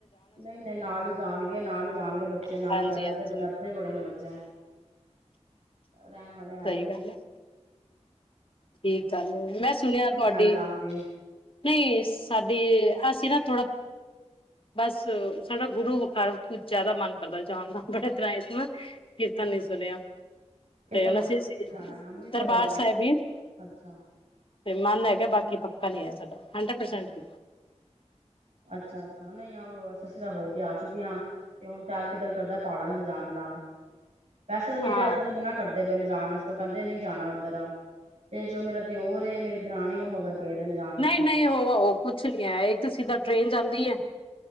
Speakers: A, on the right (about 70°); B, on the left (about 50°).
A: ਨਹੀਂ ਨਹੀਂ ਨਾਲ ਹੀ ਜਾਣਗੇ ਨਾਲ ਹੀ ਜਾਣਗੇ ਬੱਚੇ ਨਾਨੀ
B: ਹਾਂਜੀ
A: ਕਰ
B: ਹਾਂਜੀ
A: ਦੇ ਮਨ ਇੱਥੇ ਬੜੇ ਨੇ ਬੱਚੇ ਰਹਿਣ ਵਾਲੇ
B: ਸਹੀ
A: ਹੈ ਹੀ ਨਹੀਂੀ
B: ਗੱਲ ਹੈ ਠੀਕ ਗੱਲ ਮੈਂ ਸੁਣਿਆ ਤੁਹਾਡੀ
A: ਹੈ ਜਾਣ ਦੀ
B: ਨਹੀਂ ਸਾਡੀ ਅਸੀਂ ਨਾ ਥੋੜਾ ਬਸ ਸਾਡਾ ਗੁਰੂ ਵੁਖਾਰ ਕੁਝ ਜ਼ਿਆਦਾ ਮਨ ਕਰਦਾ ਜਾਣ ਦਾ ਬੜੇ ਤਰ੍ਹਾਂ ਇਸ ਨਾ ਕੀਰਤਨ ਨਹੀਂ ਸੁਣਿਆ
A: ਕਿੱਧਰ
B: ਤੇ ਉਹ
A: ਮਤਲਬ
B: ਸੀ ਅਸੀ
A: ਕਿੱਧਰ ਜਾਣਾ ਹੈ, ਅੰਮ੍ਰਿਤਸਰ
B: ਦਰਬਾਰ
A: ਵਗੈਰਾ
B: ਸਾਹਿਬ ਹੀ ਤੇ
A: ਅੱਛਾ
B: ਮਨ ਲੈ ਗਿਆ ਬਾਕੀ ਪ ਨਹੀਂ ਹੈ ਸਾਡਾ ਹੰਡਰਡ ਪਰਸੈਂਟ
A: ਅੱਛਾ ਚ ਨਹੀਂ ਆ ਅ ਅਸੀਂ ਤਾਂ ਹੋ ਕੇ ਆ ਚੁੱਕੇ ਹਾਂ ਤੇ ਹੁਣ ਤਿਆਰ ਕਿੱਧਰ ਕਰਦਾ ਪਾਲਾਂ ਜਾਣ ਦਾ ਵੈਸੇ ਤਾਂ ਮੇਰੇ
B: ਹਾਂ
A: ਹਸਬੈਂ ਦਾ ਮਨਾ ਕਰਦਾ ਪ ਜਾਣ ਵਸ ਤੋਂ ਕਹਿੰਦੇ ਨ ਨਹੀਂ ਜਾਣਾ ਤੇ ਜੋ ਮੇਰਾ ਦਿਓਰ ਮੇਰੀ ਦਰਰਾਣੇ ਉਹ ਮਗਰ ਪਏ ਦੇ ਨੇ ਜਾਣ ਵਾਸਤੇ
B: ਨਹੀਂ ਨਹੀਂ ਉਹਹ ਕੁਛ ਨਹੀਂ ਹੈ ਇੱਕ ਤਾਂ ਸਿੱਧਾ ਟ੍ਰੇਨ ਜਾਂਦੀ ਹੈ